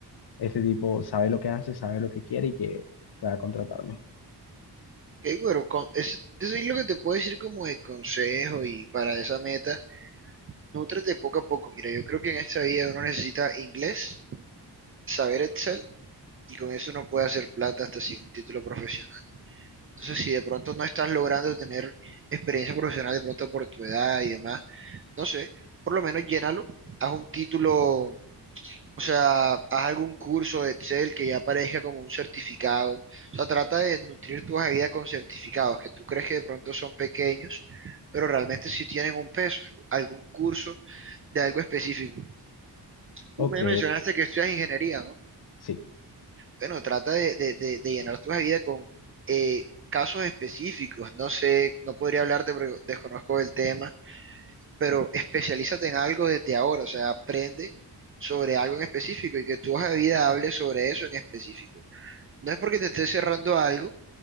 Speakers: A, on the left; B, on the right.
A: este tipo sabe lo que hace, sabe lo que quiere y que pueda contratarme.
B: Ok, bueno, con, es, eso es lo que te puedo decir como de consejo y para esa meta, nútrate poco a poco. Mira, yo creo que en esta vida uno necesita inglés saber Excel y con eso uno puede hacer plata hasta sin un título profesional. Entonces, si de pronto no estás logrando tener experiencia profesional de pronto por tu edad y demás, no sé, por lo menos llénalo, haz un título, o sea, haz algún curso de Excel que ya aparezca como un certificado. O sea, trata de nutrir tu hoja de vida con certificados que tú crees que de pronto son pequeños, pero realmente sí tienen un peso, algún curso de algo específico. Tú
A: Ok,
B: me mencionaste que estudias ingeniería, ¿no?
A: sí.
B: Bueno, trata de, de- de- de llenar tu vida con eh, casos específicos. No sé, no podría hablarte porque desconozco el tema, pero especialízate en algo desde ahora, o sea, aprende sobre algo en específico y que tu hoja de vida hable sobre eso en específico. No es porque te estés cerrando a algo,